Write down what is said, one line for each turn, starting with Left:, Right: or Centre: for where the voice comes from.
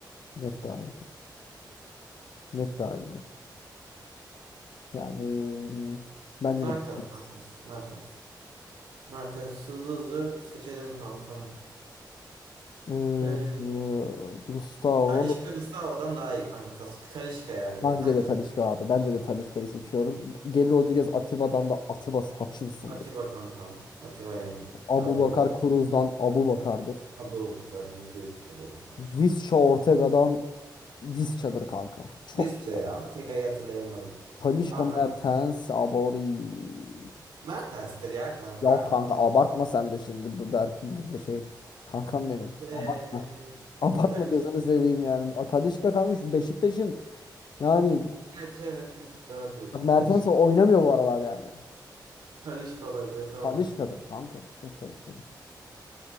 Left: Net daha iyidir. Net daha iyiydi. Yani mm, bence
Right: Mertens,
Left: de evet.
Right: Mertens, Mertens. Mertens hızlı hızlı seçelim kankam.
Left: Ee,
Right: Ee,
Left: Gustavo
Right: Talisca Gustavo'dan daha iyi kanka. Tas- Talisca yani, yani.
Left: bence
Right: Kaç
Left: de Talisca
Right: yıl
Left: abi. Bence
Right: işinden
Left: de Talisca'yı
Right: koydum.
Left: seçiyorum. Gelir Rodriguez Atiba'dan da Atiba Hutchinson'dır.
Right: Atiba kankam. Atiba yani tarihi
Left: Abu Bakar
Right: bir adam.
Left: Cruz'dan Abu Bakar'dır.
Right: Abubakar, yüzde yüz Abubakar.
Left: Visca Ortega'dan Visca'dır kanka. Çok
Right: Visca
Left: iyi. ya.
Right: ya. Tek ayı hatırlayamadım.
Left: Talisca
Right: Aha.
Left: Mertens Abori.
Right: Mertens'tir ya kanka.
Left: ya kanka abartma sen de şimdi. bu Berk, bu bu şey. Kankam benim.
Right: Eee
Left: Abartma. Abartma
Right: Taliş.
Left: gözünü seveyim yani. A, Talisca kanka şu Beşiktaş'ın Yani
Right: Gerçi evet evet doğru diyorsun.
Left: bak Mertens
Right: Talişka.
Left: oynamıyor bu aralar yani.
Right: Talişka olabilir doğru.
Left: Talisca'dır kanka. Net Talisca'dır.